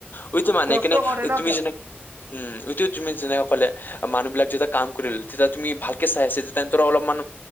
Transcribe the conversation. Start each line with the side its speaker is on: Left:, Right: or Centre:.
Left: উইটো মানে
Right: কষ্ট
Left: কেনে
Right: কৰে ন
Left: তুমি
Right: তেওঁ
Left: যেনেকে উম উইটো তুমি যেনেকে ক'লে মানুহ বিলাক যেতিয়া কাম কৰিল তেতিয়া তুমি ভালকে চাই চিটি তাহাঁতৰ অলপমান